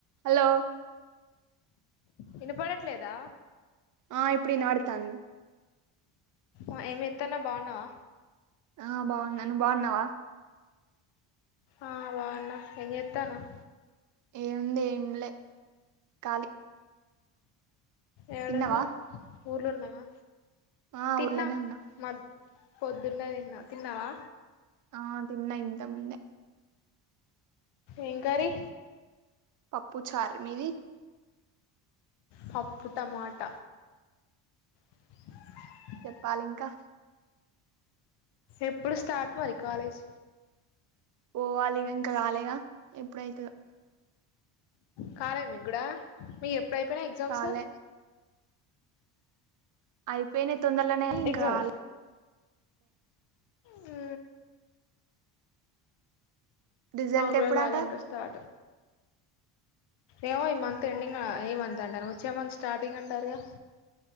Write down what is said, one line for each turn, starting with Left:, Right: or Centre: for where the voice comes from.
Right: Hello
Left: వినపడట్లేదా
Right: ఆ ఇప్పుడు వినపడతాంది
Left: ఆ ఎంజెత్తన్నావ్ బాగున్నావా
Right: ఆ బాగున్నా నువ్వు బాగున్నావా
Left: ఆ బాగున్న ఏం చేస్తాన్నావ్
Right: ఏముంది ఏమి లే ఖాలీ
Left: యడన్నావ్
Right: తిన్నావా
Left: ఊర్లో ఉన్నావా
Right: ఆ
Left: తిన్నా
Right: ఊర్లోనే ఉన్నా
Left: మ పొద్దున్నె తిన్న తిన్నావా
Right: ఆ తిన్న ఇంతకు ముందె
Left: ఏం కర్రీ
Right: పప్పు చారు మీది
Left: పప్పు టమాట <inaudible>
Right: చెప్పాలి ఇంకా
Left: ఎప్పుడు స్టార్ట్ మరి కాలేజ్
Right: పోవాలి ఇంకా రాలేగా ఎప్పుడైతాదొ
Left: కాలే మీకు కూడా మీ ఎప్పుడైయిపోయినాయీ ఎగ్జామ్స్
Right: కాలే అయిపోయినాయి తొందరలనే ఇంకా
Left: ఎగ్జామ్
Right: రాలే
Left: హు
Right: రిజల్ట్
Left: మాకు కూడా
Right: ఎప్పుడట
Left: గాలె ఇంకా స్టార్ట్ ఏమో ఈ మంత్ ఎండింగ్ ఏ మంత్ అంటాన్న వచ్చే మంత్ స్టార్టింగ్ అంటారుగా